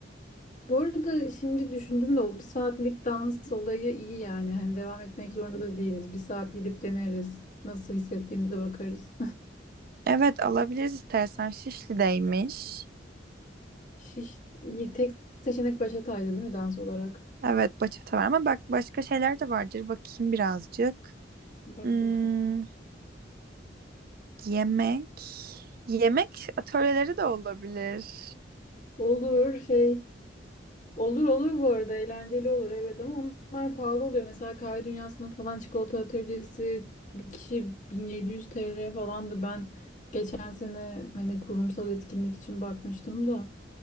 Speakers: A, on the left (about 45°); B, on the right (about 55°).
A: Bu arada şimdi düşündüm de o bir saatlik dans olayı iyi yani. Hani devam etmek zorunda da değiliz. Bir saat gidip deneriz. Nasıl hissettiğimize bakarız.
B: Evet alabiliriz istersen. Şişli'deymiş.
A: <laughs> Şiş, tek seçenek Başatay'dı değil mi dans olarak?
B: Evet bachata var ama bak başka şeyler de vardır. Bakayım birazcık.
A: Bak
B: Hmm,
A: bakalım.
B: yemek. Yemek atölyeleri de olabilir.
A: Olur şey Olur olur bu arada eğlenceli olur evet ama onlar pahalı oluyor. Mesela kahve dünyasında falan çikolata atölyesi bir kişi 1700 TL falandı. Ben geçen sene hani kurumsal etkinlik için bakmıştım da.